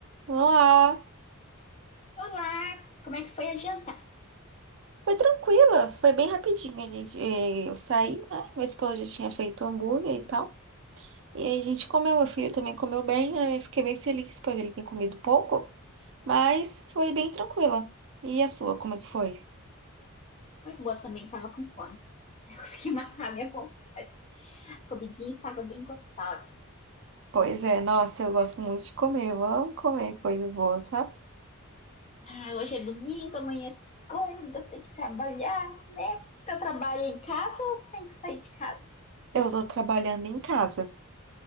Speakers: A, on the right; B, on the left.
A: Olá!
B: Olá, como é que foi a jantar?
A: Foi tranquila, foi bem rapidinho. A gente, eh, eu saí, né? Meu esposo já tinha feito hambúrguer e tal. E aí a gente comeu, meu filho também comeu bem. aí Eu fiquei bem feliz, pois ele tem comido pouco, mas foi bem tranquila. E a sua, como é que foi?
B: Foi boa também, tava com fome. <laughs> Eu consegui matar a minha vontade. A comidinha estava bem gostosa.
A: Pois é, nossa, eu gosto muito de comer, eu amo comer coisas boas, sabe?
B: Ah, hoje é domingo, amanhã é segunda, tem que trabalhar, né? Eu trabalho em casa ou tem que sair de casa?
A: Eu tô trabalhando em casa,